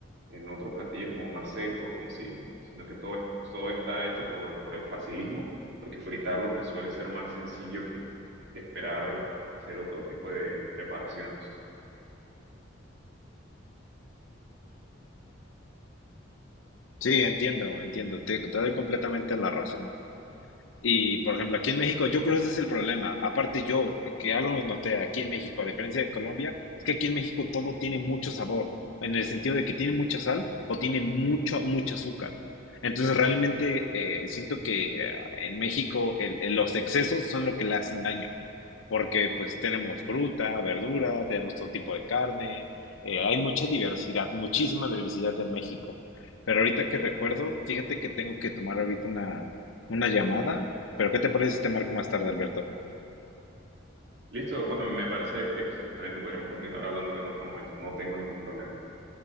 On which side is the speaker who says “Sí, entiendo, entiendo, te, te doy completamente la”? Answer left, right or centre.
Left